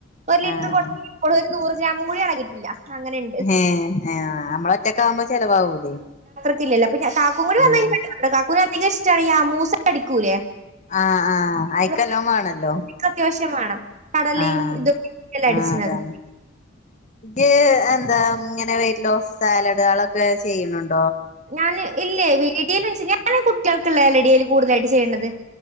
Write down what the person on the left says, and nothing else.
ആഹ്
ഏഹ് ആഹ് നമ്മളൊറ്റക്കാവുമ്പോ ചെലവാവൂലേ
ആഹ്
ആഹ ആഹ്
ആയിക്കല്ലോ വേണല്ലോ
ആഹ
ആ
അതാണ് ഇ എന്താ ഇങ്ങനെ വെയി ലോ സാലഡ്കളൊക്കെ ചെയ്യുന്നുണ്ട്